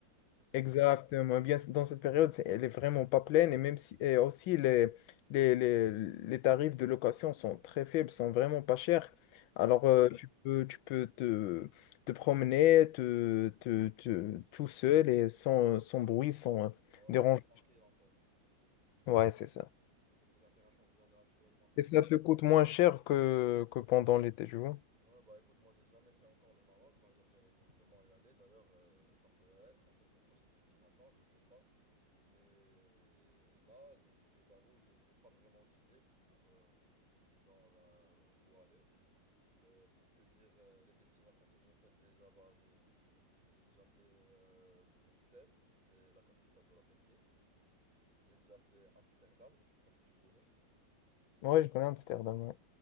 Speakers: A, on the right (about 20°); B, on the left (about 80°).
A: C'est ça?
B: Exactement. Bien, dans cette période, c'est- elle est vraiment pas pleine et même si et aussi les, les, les, les tarifs de location sont très faibles, sont vraiment pas chers. Alors
A: Ok.
B: euh, tu peux tu peux te, te promener te, te, te- tout seul et sans, sans bruit, sans euh,
A: Ouais,
B: dérange.
A: tu es tranquille en fait.
B: Ouais, c'est ça.
A: Du coup, c'est plus intéressant d'y aller actuellement.
B: Et ça te coûte moins cher que, que pendant l'été, tu vois.
A: Ouais, bah écoute, moi j'ai jamais fait encore le Maroc. Bah j'aimerais fortement y aller. D'ailleurs, euh, ça pourrait être en fait ma prochaine destination, je sais pas. Mais euh, là, je je t'avoue, j'ai j'ai pas vraiment d'idée pour euh, genre euh, où aller. Euh, pour te dire euh, les destinations que j'ai faites déjà, bah, j'ai j'ai- j'ai déjà fait euh, Bruxelles, c'est la capitale de la Belgique. J'ai déjà fait Amsterdam, je sais pas si tu connais.
B: Ouais, je connais Amsterdam. ouais.